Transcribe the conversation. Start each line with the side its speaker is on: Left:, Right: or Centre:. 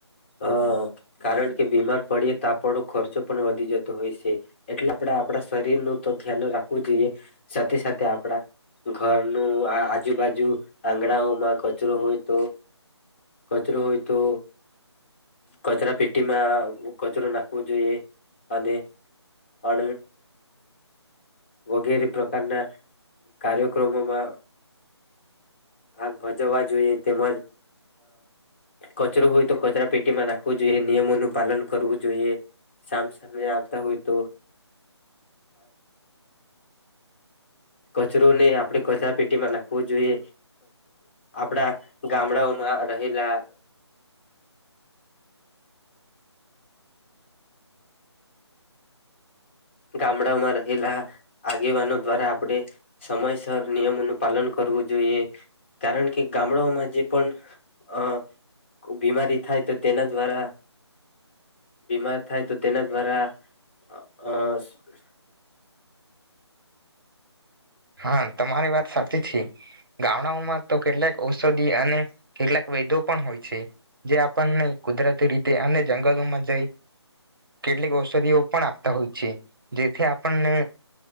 Left: હ કારણ કે બીમાર પડીએ તો આપણો ખર્ચો પણ વધી જતો હોય છે એટલે આપણે આપણા શરીરનું તો ધ્યાન રાખવું જોઈએ સાથે સાથે આપણા ઘરનું આજુબાજુ આંગણાઓમાં કચરો હોય તો કચરો હોય તો કચરા પેટીમાં કચરો નાખવો જોઈએ અને અ વગેરે પ્રકારના કાર્યક્રમોમાં ભાગ ભજવવા જોઈએ તેમજ કચરો હોય તો કચરા પેટીમાં નાખવું જોઈએ નિયમોનું પાલન કરવું જોઈએ સામ સામે આવતા હોય તો કચરોને આપણે કચરા પેટીમાં નાખવું જોઈએ આપડા ગામડાઓમાં રહેલા ગ્રામડાઓમાં રહેલા આગેવાનો દ્વારા આપણે સમયસર નિયમોનું પાલન કરવું જોઈએ, કારણ કે ગામડાઓમાં જે પણ અ બીમારી થાય તો તેના દ્વારા બીમાર થાય તો તેના દ્વારા અ <inaudible>
Right: હા તમારી વાત સાચી છે, ગામડાઓમાં તો કેટલાક ઔષધિ અને કેટલાક વૈદો પણ હોય છે જે આપણને કુદરતી રીતે અને જંગલોમાં જઈ કેટલીક ઔષધિઓ પણ આપતા હોય છે, જેથી આપણને